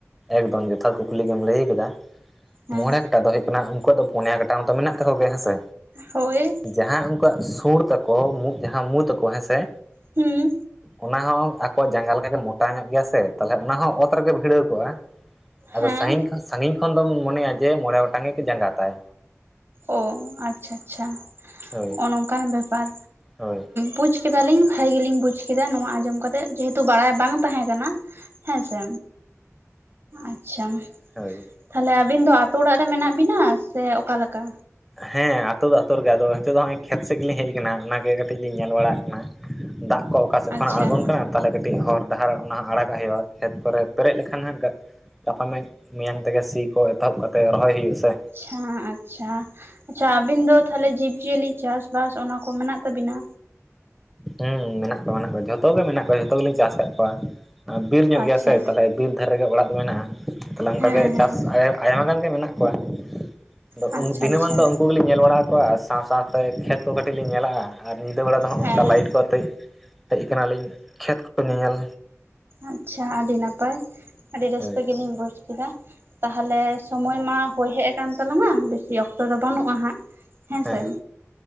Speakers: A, in the centre; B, on the right.
A: ᱮᱠᱫᱚᱢ ᱡᱚᱛᱷᱟᱛ ᱠᱩᱠᱞᱤ ᱜᱮᱢ ᱞᱟᱹᱭ ᱟᱠᱟᱫᱟ
B: ᱦᱮᱸ
A: ᱢᱚᱬᱮ ᱠᱟᱴᱟ ᱫᱚ ᱦᱩᱭᱩᱜ ᱱᱟᱜ ᱩᱱᱠᱩᱣᱟᱜ ᱫᱚ ᱯᱩᱱᱭᱟ ᱠᱟᱴᱟ ᱢᱟᱛᱚ ᱢᱮᱱᱟᱜ ᱛᱟᱠᱚ ᱜᱮᱭᱟ ᱦᱮᱸ ᱥᱮ
B: ᱦᱳᱭ
A: ᱡᱟᱦᱟᱸ ᱩᱱᱠᱩᱣᱟᱜ ᱥᱩᱲ ᱛᱟᱠᱚ ᱡᱟᱦᱟᱸ ᱢᱩ ᱛᱟᱠᱚ ᱦᱮᱸᱥᱮ
B: ᱦᱩᱸ
A: ᱚᱱᱟ ᱦᱚᱸ ᱟᱠᱚᱣᱟᱜ ᱡᱟᱸᱜᱟ ᱞᱮᱠᱟ ᱜᱮ ᱢᱚᱴᱟ ᱧᱚᱜ ᱜᱮᱭᱟ ᱥᱮ ᱛᱟᱦᱚᱞᱮ ᱚᱱᱟ ᱦᱚᱸ ᱚᱛ ᱨᱮᱜᱮ ᱵᱷᱤᱲᱟᱹᱣ ᱠᱚᱜᱼᱟ ᱟᱫᱚ
B: ᱦᱮᱸ
A: ᱥᱟᱸᱜᱤᱧ ᱠᱷᱚᱱ ᱥᱟᱸᱜᱤᱧ ᱠᱷᱚᱱ ᱫᱚᱢ ᱢᱚᱱᱮᱭᱟ ᱡᱮ ᱢᱚᱬᱮ ᱜᱚᱴᱟᱝ ᱜᱮ ᱡᱟᱸᱜᱟ ᱛᱟᱭ
B: ᱚ ᱟᱪᱪᱷᱟ ᱟᱪᱪᱷᱟ
A: ᱦᱳᱭ
B: ᱱᱚᱝᱠᱟᱱ ᱵᱮᱯᱟᱨ
A: ᱦᱳᱭ
B: ᱵᱩᱡᱼᱼ ᱠᱮᱫᱟᱞᱤᱧ ᱵᱷᱟᱜᱤᱞᱤᱧ ᱵᱩᱡ ᱠᱮᱫᱟ ᱱᱚᱣᱟ ᱟᱸᱡᱚᱢ ᱠᱟᱛᱮᱜ ᱡᱮᱦᱮᱛᱩ ᱵᱟᱲᱟᱭ ᱵᱟᱝ ᱛᱟᱦᱮᱸ ᱠᱟᱱᱟ ᱦᱮᱸᱥᱮ ᱟᱪᱪᱷᱟ
A: ᱦᱳᱭ
B: ᱛᱟᱦᱞᱮ ᱟᱵᱤᱱ ᱫᱚ ᱟᱛᱳ ᱚᱲᱟᱜ ᱨᱮ ᱢᱮᱱᱟᱜ ᱵᱤᱱᱟ ᱥᱮ ᱚᱠᱟᱞᱮᱠᱟ
A: ᱦᱮᱸ ᱟᱹᱛᱩᱳ ᱫᱚ ᱟᱹᱛᱩᱳ ᱨᱮᱜᱮ ᱟᱫᱚ ᱱᱤᱛᱚᱜ ᱦᱮᱸ ᱟᱛᱳ ᱫᱚ ᱟᱛᱳ ᱨᱮ ᱜᱮ ᱟᱫᱚ ᱦᱚᱸᱜᱚᱭ ᱱᱤᱛᱳᱜ ᱫᱚ ᱠᱷᱮᱛ ᱥᱮᱫ ᱜᱮᱞᱤᱧ ᱦᱮᱡ ᱟᱠᱟᱱᱟ ᱚᱱᱟᱜᱮ ᱠᱟᱹᱴᱤᱡ ᱞᱤᱧ ᱧᱮᱞ ᱵᱟᱲᱟᱜ ᱠᱟᱱᱟ ᱫᱟᱜ ᱠᱚᱼᱼ ᱚᱠᱟ ᱥᱮᱫ
B: ᱟᱪᱪᱷᱟ
A: ᱠᱷᱚᱱᱟᱜ ᱟᱬᱜᱚᱱ ᱠᱟᱱᱟ ᱛᱟᱦᱞᱮ ᱠᱟᱹᱴᱤᱡ ᱦᱚᱨ ᱫᱟᱜ ᱟᱨ ᱚᱱᱟ ᱟᱲᱟᱜᱟᱜ ᱦᱩᱭᱩᱜᱼᱟ ᱠᱷᱮᱛ ᱠᱚᱨᱮ ᱯᱮᱨᱮᱡ ᱞᱮᱠᱷᱟᱱ ᱦᱟᱸᱜ ᱜᱟᱯᱟ ᱢᱮ ᱢᱮᱭᱟᱝ ᱛᱮᱜᱮ ᱥᱤᱼᱼ ᱠᱚ ᱮᱛᱚᱦᱚᱵ ᱠᱟᱛᱮ ᱨᱚᱦᱚᱭ ᱦᱩᱭᱩᱜᱼᱟ ᱥᱮ᱾
B: ᱦᱮᱸ ᱟᱪᱪᱷᱟ ᱟᱪᱪᱷᱟ ᱟᱵᱤᱱ ᱫᱚ ᱛᱟᱦᱚᱞᱮ ᱡᱤᱵᱽ ᱡᱤᱭᱟᱹᱞᱤ ᱪᱟᱥᱵᱟᱥ ᱚᱱᱟ ᱠᱚ ᱢᱮᱱᱟᱜ ᱛᱟᱵᱤᱱᱟ
A: ᱦᱮᱸ ᱢᱮᱱᱟᱜ ᱠᱚᱣᱟ ᱢᱮᱱᱟᱜ ᱠᱚᱣᱟ ᱡᱷᱚᱛᱚ ᱜᱮ ᱢᱮᱱᱟᱜ ᱠᱚᱣᱟ ᱡᱷᱚᱛᱚ ᱜᱮᱞᱤᱧ ᱪᱟᱥ ᱟᱠᱟᱫ ᱠᱚᱣᱟ ᱵᱤᱨ ᱧᱚᱜ
B: ᱟᱪᱪᱷᱟ
A: ᱜᱮᱭᱟ ᱥᱮ ᱛᱟᱦᱞᱮ ᱵᱤᱨᱼᱼ ᱟᱫᱷᱟᱨ ᱨᱮᱜᱮ ᱚᱲᱟᱜ ᱫᱚ ᱢᱮᱱᱟᱜᱼᱟ ᱛᱟᱦᱞᱮ ᱚᱱᱠᱟᱜᱮ
B: ᱦᱮᱸ ᱦᱮᱸ
A: ᱪᱟᱥ ᱟᱭᱢᱟ <unintelligible> ᱜᱟᱱ ᱜᱮ ᱢᱮᱱᱟᱜ ᱠᱚᱣᱟ ᱟᱫᱚ
B: ᱟᱪᱪᱷᱟ
A: ᱫᱤᱱᱟᱹᱢᱟᱱ
B: ᱟᱪᱪᱷᱟ
A: ᱫᱚ ᱩᱱᱠᱩ ᱜᱮᱞᱤᱧ ᱧᱮᱞ ᱵᱟᱲᱟ ᱠᱚᱣᱟ ᱥᱟᱶ ᱥᱟᱶᱛᱮ ᱠᱷᱮᱛ ᱠᱚ ᱠᱟᱹᱴᱤᱡ ᱞᱤᱧ ᱧᱮᱞᱟᱜᱼᱟ ᱟᱨ ᱧᱤᱫᱟᱹ ᱵᱮᱲᱟ ᱫᱚ
B: ᱦᱮᱸ
A: ᱟᱨ ᱞᱟᱭᱤᱴ ᱠᱚ ᱟᱛᱮᱫ ᱦᱮᱡ ᱠᱟᱱᱟᱞᱤᱧ ᱠᱷᱮᱛ ᱠᱚ ᱧᱮᱧᱮᱞ᱾
B: ᱟᱪᱪᱷᱟ ᱟᱹᱰᱤ ᱱᱟᱯᱟᱭ ᱟᱹᱰᱤ ᱨᱟᱹᱥᱠᱟᱹ
A: ᱦᱳᱭ
B: ᱜᱮᱞᱤᱧ ᱵᱩᱡᱽ ᱠᱮᱫᱟ ᱛᱟᱦᱚᱞᱮ ᱥᱚᱢᱳᱭ ᱢᱟ ᱦᱳᱭ ᱦᱮᱡ ᱟᱠᱟᱱ ᱛᱟᱞᱟᱝᱟ ᱵᱤᱥᱤ ᱚᱠᱛᱚᱼᱼ ᱚᱠᱛᱚ ᱫᱚ ᱵᱟᱹᱱᱩᱜᱼᱟ ᱦᱟᱸᱜ ᱦᱮᱸᱥᱮ
A: ᱦᱮᱸ